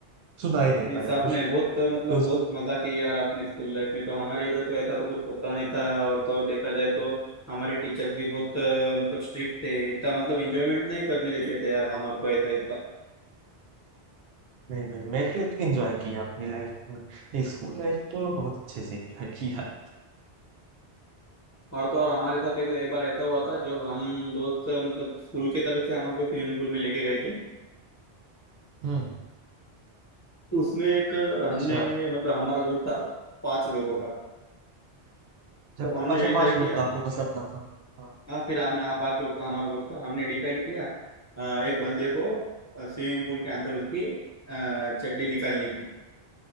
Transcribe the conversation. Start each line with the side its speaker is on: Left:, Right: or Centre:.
Right: सुना ही नहीं
Left: मीन्स
Right: पाया
Left: आपने
Right: कुछ
Left: बहुत मतलब
Right: तो उसको
Left: बहुत मजा की यार आपने स्कूल लाइफ में तो हमारे इधर तो ऐसा तो कुछ होता नहीं था और तो और देखा जाए तो हमारे टीचर्स भी बहुत अ, मतलब स्ट्रिक्ट थे इतना मतलब एंजॉयमेंट नहीं करने देते थे यार हमारे को ऐसा इतना
Right: नहीं भाई मैंने तो एंजॉय किया अपनी लाइफ में स्कूल लाइफ तो बहुत अच्छे से एंजॉय किया
Left: और तो और हमारे साथ एक, एक बार ऐसा हुआ था जब हम दोस्त मतलब स्कूल के तरफ से हमारे को स्विमिंग पूल में लेके गए थे
Right: हम्म
Left: उसमें एक
Right: अच्छा
Left: हमने मतलब हमारा ग्रुप था पांच लोगों का
Right: अच्छा
Left: तब
Right: प-
Left: हमने
Right: अच्छा
Left: डिसाइड
Right: पांच
Left: किया
Right: लोग का आप लोग का सर था हाँ।
Left: हाँ फिर हमने हाँ पांच लोगों का हमारा ग्रुप था हमने डिसाइड किया अ, एक बंदे को स्विमिंग पूल के अंदर उसकी अ, चड्डी निकालने की